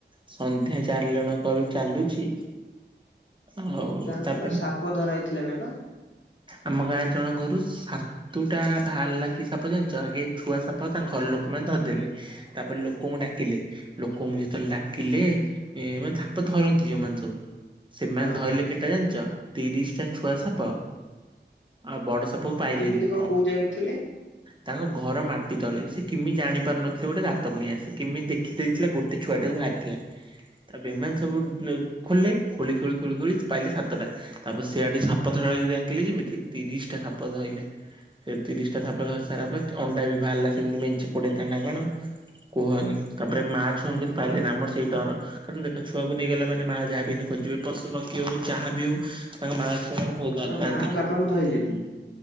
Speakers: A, on the right; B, on the left.
A: ସନ୍ଧ୍ୟା <unintelligible> ଚାରି ଜଣ କରୁ ଚାଲୁଛି।
B: ଆଉ
A: ହଉ
B: ତୁମ ଗାଁରେ
A: ତାପରେ
B: ପା କଣ ସାପ ଧରା ହେଇଥିଲା ନା କଣ?
A: ଆମ ଗାଁରେ ଜଣ ଘରୁ ଛାତୁ ଟା ବାହାର କି ସାପ ଜାଣୀଛ ଆଗେ ଛୁଆ ସଫା ତାଙ୍କ
B: କୋଉ
A: ଘର
B: ସାପ
A: ଲୋକମାନେ ଧରିଦେଲେ ତାପରେ
B: ହଁ।
A: ଲୋକଙ୍କୁ ଡାକିଲେ ଲୋକଙ୍କୁ ଯଦି ଡାକିଲେ ଏ ମାନେ ଛପ ଧରନ୍ତି ଯୋଉମାନେ ସବୁ ସେମାନେ
B: ହଁ
A: ଧରିଲେ
B: ହଁ
A: କେଟା ଜାଣିଛ। ତିରିଶ ଟା ଛୁଆ ସାପ। ଆଉ ବଡ ସାପକୁ
B: କଣ
A: ପାଇଲିନି।
B: କେମିତି କଣ କୋଉ ଜାଗାରେ ଥିଲେ?
A: ତାଙ୍କ ଘର ମାଟି ତଳେ ସେ କେମିତି ଜାଣି ପାରୁନଥିଲେ ଗୋଟେ ଦାତ ପୁଣିଆ ସେମିତି ଦେଖିଦେଇଥିଲେ ଗୋଟେ ଛୁଆଟାକୁ ଭ। ବାହାରିଥିଲା ତାପରେ ଏମାନେ ସବୁ ଖୋଲେ। ଖୋଳି ଖୋଳି ଖୋଳି ଖୋଳି ପାଇଲି ସାତଟା ତାପରେ ସେଆଡି ଟି
B: ହଁ
A: ସାପ ଧରାଳିକି ଡାକିଲେ ଯେମିତି। ତିରିଶ ଟା ସାପ ଧଇଲେ ସେ ତିରିଶ ଟା ସାପ ଧରି ସାରିଲା ପରେ ଅଣ୍ଡା ବି ବାହାରିଲା ସେମିତି ମେଞ୍ଚେ କୋଡେ। ତାନାଁ କଣ। କୁହନି ତାପରେ ମା ଛୁଆଙ୍କୁ କିନ୍ତୁ ପାଇଲେନି ଆମର ସେଇ ଡର କାରଣ ଦେଖ ଛୁଆକୁ ନେଇଗଲା ମାନେ ମା ଯାହା ବିହେଲେ। ଖୋଜିବେ ପଶୁ ପକ୍ଷୀ ହଉ ଯାହାବି ହଉ ତାଙ୍କ ମାକୁ ସେମାନେ ବହୁତ
B: ତାଙ୍କ
A: ଭଲ ପାଆନ୍ତି।
B: ମା ବାପାଙ୍କୁ ଧଇଲେନି